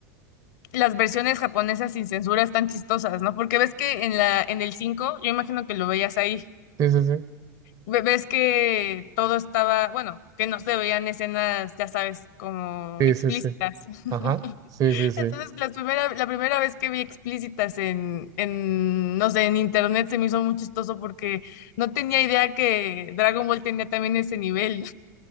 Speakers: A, on the left; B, on the right.
A: las versiones japonesas sin censura están chistosas, ¿no? Porque ves que en la, en el 5, yo imagino que lo veías ahí,
B: Sí, sí, sí.
A: ve- ves que todo estaba, bueno, que no se veían escenas, ya sabes, como
B: Sí,
A: explícitas.
B: sí, sí.
A: <laughs>
B: Ajá. Sí, sí, sí.
A: Entonces, la primera, la primera vez que vi explícitas en, en, no sé, en internet se me hizo muy chistoso porque no tenía idea que Dragon Ball tenía también ese nivel.